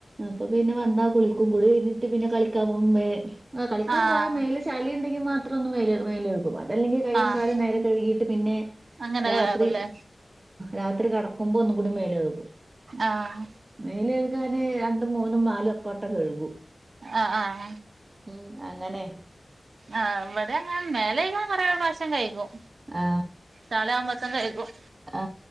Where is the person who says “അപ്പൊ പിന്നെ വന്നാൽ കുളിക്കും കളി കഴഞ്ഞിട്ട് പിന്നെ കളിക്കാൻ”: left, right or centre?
Right